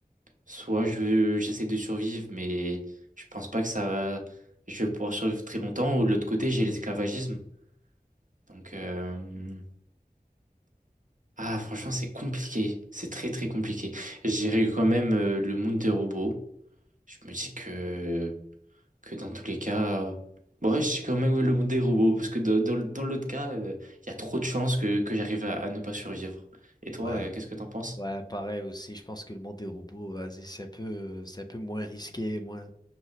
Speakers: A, on the right; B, on the left.
A: soit je, j'essaie de survivre, mais je pense pas que ça va, je vais pouvoir survivre très longtemps. Ou de l'autre côté, j'ai l'esclavagisme. Donc, euh, ah, franchement, c'est compliqué. C'est très, très compliqué. J'irai quand même euh, le monde des robots. Je me dis que, que dans tous les cas, bon, ouais, je dis quand même le monde des robots parce que dans, dans, dans l'autre cas, euh, il y a trop de chances que, que j'arrive à, à ne pas survivre. Et toi,
B: Ouais,
A: euh, qu'est-ce que t'en penses?
B: ouais, pareil aussi. Je pense que le monde des robots, vas-y, c'est un peu, euh, c'est un peu moins risqué, moins,